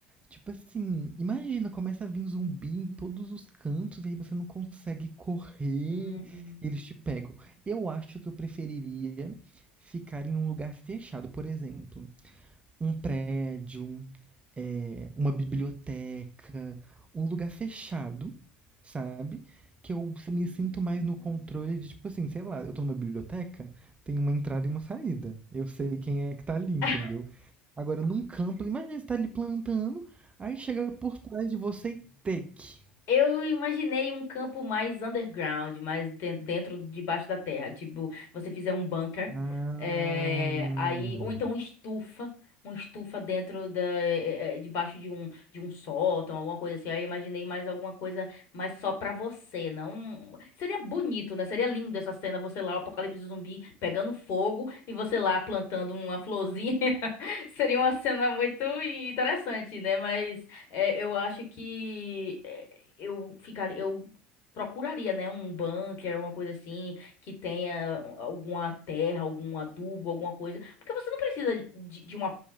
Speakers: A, on the right; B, on the left.
A: tipo assim, imagina, começa a vir zumbi em todos os cantos e aí você não consegue correr
B: Hum.
A: e eles te pegam. Eu acho que eu preferiria ficar em um lugar fechado, por exemplo. Um prédio, eh, uma biblioteca, um lugar fechado, sabe? Que eu me sinto mais no controle de, tipo assim, sei lá, eu tô numa biblioteca, tem uma entrada e uma saída. Eu sei quem é que tá ali, entendeu?
B: <laughs>
A: Agora, num campo, imagina você tá ali plantando, aí chega por trás de você e take.
B: Eu imaginei um campo mais underground, mais den- dentro, debaixo da terra. Tipo, você fizer um bunker,
A: Ah.
B: eh, aí, ou então uma estufa, uma estufa dentro da, eh, eh, eh, debaixo de um, de um sótão, alguma coisa assim. Aí eu imaginei mais alguma coisa, mas só pra você, não. um, Seria bonito, né? Seria lindo essa cena, você lá, o apocalipse zumbi pegando fogo e você lá plantando uma florzinha. <laughs> Seria uma cena muito interessante, né? Mas é, eu acho que é, eu ficaria, eu procuraria, né, um bunker, alguma coisa assim, que tenha alguma terra, algum adubo, alguma coisa, porque você não precisa de, de uma